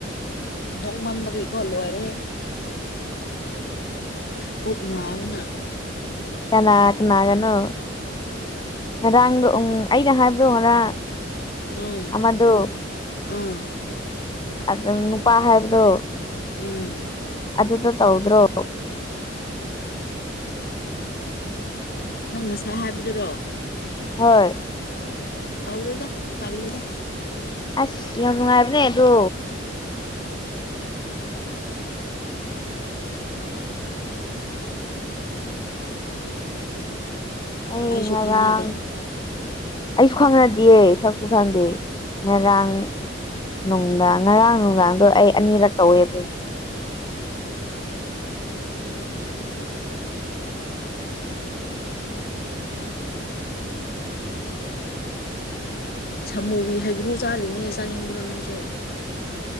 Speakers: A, on the left; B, on the left.
A: ꯅꯣꯛꯃꯟꯕꯒꯤꯀꯣ ꯂꯣꯏꯔꯦꯍꯦ ꯄꯨꯛ ꯅꯕꯅ
B: ꯀꯅꯥ ꯀꯅꯥꯒꯅꯣ ꯉꯔꯥꯡꯗꯣ ꯎꯝ ꯑꯩꯅ ꯍꯥꯏꯕꯗꯣ ꯉꯔꯥꯡ
A: ꯎꯝ
B: ꯑꯗꯣ
A: ꯎꯝ
B: ꯑꯗꯨ ꯅꯪ ꯅꯨꯄꯥ ꯍꯥꯏꯕꯗꯣ
A: ꯎꯝ
B: ꯑꯗꯨꯗ ꯇꯧꯗ꯭ꯔꯣꯕꯨ
A: ꯅꯪ ꯉꯁꯥꯏ ꯍꯥꯏꯕꯗꯨꯔꯣ
B: ꯍꯣꯏ
A: ꯇꯧꯗꯦꯗ ꯇꯜꯂꯤꯗ
B: ꯑꯁ ꯌꯥꯝ ꯅꯨꯡꯉꯥꯏꯕꯅꯦ ꯑꯗꯣ ꯃꯤ
A: ꯑꯩꯁꯨ
B: ꯉꯔꯥꯡ
A: ꯈꯪꯅꯗꯦ
B: ꯑꯩꯁꯨ ꯈꯪꯅꯗꯤꯌꯦ ꯁꯛꯁꯨ ꯈꯪꯗꯦ ꯉꯔꯥꯡ ꯅꯨꯡꯗꯥꯡ ꯉꯔꯥꯡ ꯅꯨꯡꯗꯥꯡꯗꯣ ꯑꯩ ꯑꯅꯤꯔꯛ ꯇꯧꯋꯦꯕ
A: ꯁꯥꯃꯨꯒꯤ ꯍꯩꯒ꯭ꯔꯨ ꯆꯥꯔꯤꯅꯦ ꯆꯥꯅꯤꯡꯕ꯭ꯔꯣ ꯅꯪꯁꯨ